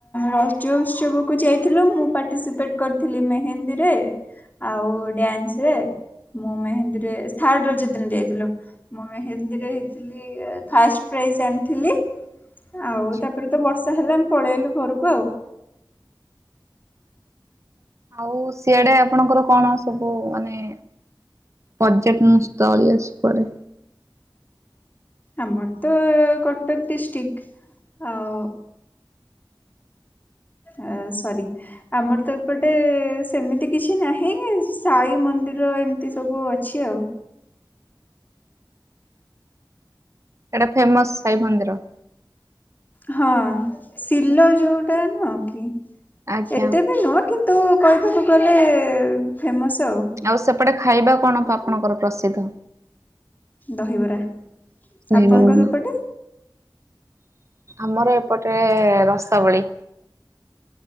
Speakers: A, on the left (about 20°); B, on the right (about 40°).
A: ରଜ ଉତ୍ସବକୁ ଯାଇଥିଲୁ ମୁଁ ପାର୍ଟିସିପେ ଟ୍ କରିଥିଲି ମେହେନ୍ଦୀ ରେ। ଆଉ ଡାନ୍ସରେ, ମୁଁ ମେହେନ୍ଦୀରେ ଥାର୍ଡ ରଜ ଦିନ ଯାଇଥିଲୁ। ମୁଁ ମେହେନ୍ଦୀରେ ହେଇଥିଲି ଫାଷ୍ଟ। ପ୍ରାଇଜ୍ ଆଣିଥିଲି। ଆଉ
B: ଆଚ୍ଛା
A: ତାପରେ ତ ବର୍ଷା ହେଲା ଆମେ ପଳେଆଇଲୁ ଘରକୁ ଆଉ।
B: ଆଉ ସିଆଡେ ଆପଣଙ୍କର କଣ ସବୁ ମାନେ ପର୍ଯ୍ୟଟନ ସ୍ଥଳୀ ଅଛି କୁଆଡେ।
A: ଆମର ତ କଟକ ଡିଷ୍ଟ୍ରିକ୍ଟ ଆଉ ଅ ସରି। ଆମର ତ ଏପଟେ ସେମିତି କିଛି ନାହିଁ ସାଇ ମନ୍ଦିର ଏମିତି ସବୁ ଅଛି ଆଉ।
B: ଏଇଟା ଫେମସ୍ ସାଇ ମନ୍ଦିର।
A: ହଁ ଶିଲ ଯୋଉଟା ନୁହ,
B: ଆଜ୍ଞା।
A: ଏତେ ବି ନୁହଁ କି ତୁ କହିବାକୁ ଗଲେ ଫେମସ୍ ଆଉ।
B: ଆଉ ସେପଟେ ଖାଇବା କଣ ଆପଣଙ୍କର ପ୍ରସିଦ୍ଧ?
A: ଦହିବରା।
B: କହିପାରିବୁନା?
A: ଆପଣଙ୍କ ସେପଟେ?
B: ଆମର ଏପଟେ ରସାବଳି।